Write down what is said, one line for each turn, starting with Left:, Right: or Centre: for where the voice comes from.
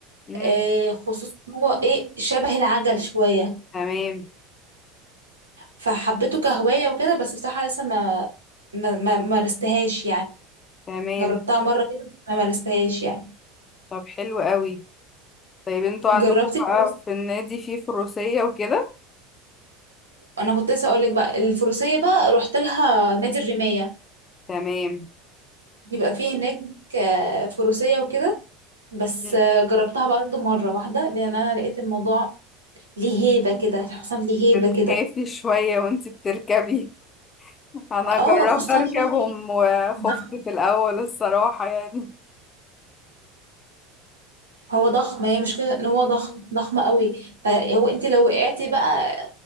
Left: امم
Right: آه خصوصا إن هو ايه شبه العجل شويه
Left: تمام
Right: فحبيته كهوايه وكده بس بصراحه لسه ما ما ما مارستهاش يعني
Left: تمام
Right: جربتها مره كده ما مارستهاش يعني
Left: طب حلو قوي طيب انتوا عندكم
Right: جربت الفروسيه
Left: بقى في النادي فيه فروسية وكده
Right: انا كنت لسه اقول لك بقى الفروسيه بقى رحت لها نادي الرمايه
Left: تمام
Right: بيبقى فيه هناك آه، فروسيه وكده بس
Left: مم.
Right: آه، جربتها برضه مرة واحدة لأن أنا لقيت الموضوع ليه هيبة كده الحصان ليه هيبة
Left: بتخافي
Right: كده
Left: شوية وانتي بتركبي <laughs> انا
Right: اه
Left: جربت
Right: خصوصا
Left: اركبهم
Right: هو ايه
Left: وخفت
Right: ضخم
Left: في الاول الصراحة يعني
Right: هو ضخم هي مش كده ان هو ضخم ضخم قوي فهو انت لو وقعتي بقى